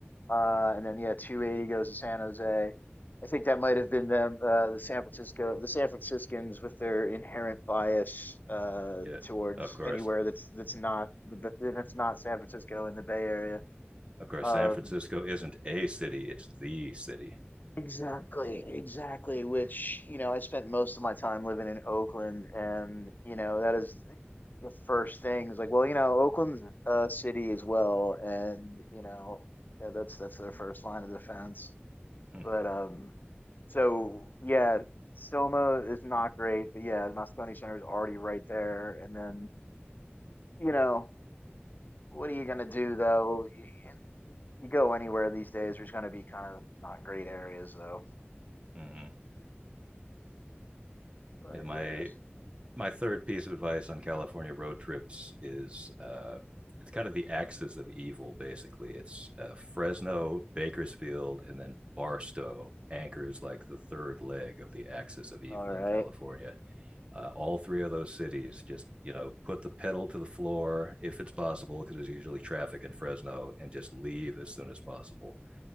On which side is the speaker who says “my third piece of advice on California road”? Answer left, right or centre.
Right